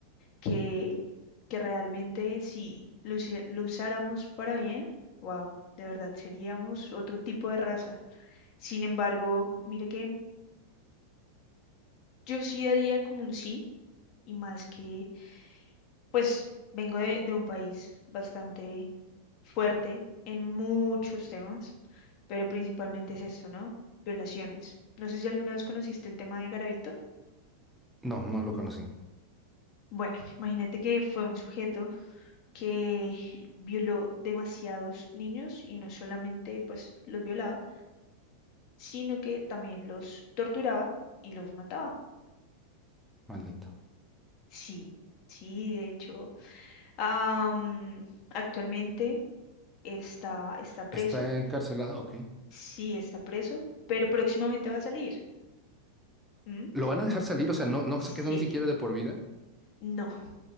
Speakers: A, on the left; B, in the centre.
A: que, que realmente si lo, usi- lo usáramos para bien, wow, de verdad seríamos otro tipo de raza. Sin embargo, mire que yo sí daría como un sí, y más que, pues, vengo de, de un país bastante fuerte en muchos temas, pero principalmente es esto, ¿no? Violaciones. No sé si alguna vez conociste el tema de Garavito.
B: No, no lo conocí.
A: Bueno, <laughs> imagínate que fue un sujeto que violó demasiados niños y no solamente pues los violaba, sino que también los torturaba y los mataba.
B: Maldito.
A: Sí, sí, de hecho, am, actualmente está, está preso,
B: ¿Está encarcelado? Ok.
A: sí está preso, pero próximamente va a salir. ¿Mm?
B: ¿Lo van a dejar salir? O sea, no, no
A: Sí,
B: se quedó ni siquiera de por vida.
A: no.